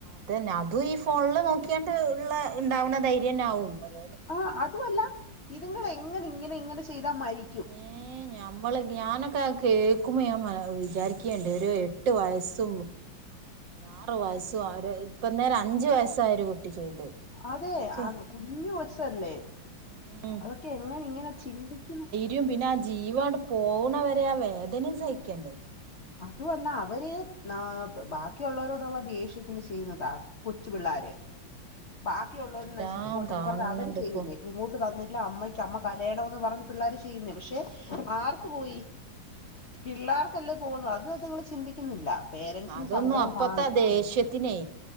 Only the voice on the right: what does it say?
അതന്നെ അതും ഈ ഫോണിൽ നോക്കിയണ്ട് ഉള്ള ഉണ്ടാവുന്ന ധൈര്യ തന്ന ആവും ഓരോ
ഏഹ് ഞമ്മള് ഞാനൊക്ക കേക്കുമ്പോ ഞാൻ വിചാരിക്കണ്ട് ഒരു എട്ട് വയസ്സും ആറു വയസ്സും അവര് ഇപ്പ നേരം അഞ്ചു വയസ്സായ ഒരു കുട്ടി ചെയ്ത്
ഓക്കെ
ഉം
യും പിന്നെ ആ ജീവാണ്ട് പോവണവരെ ആ വേദനയും സഹിക്കണ്ടേ
ഉം
ഉം
എന്തെല്ലാം
കാണുന്നുണ്ട്
ഇപ്പൊ
ഉം
ഉം അതൊന്നും
അപ്പത്താ
ദേഷ്യത്തിനേ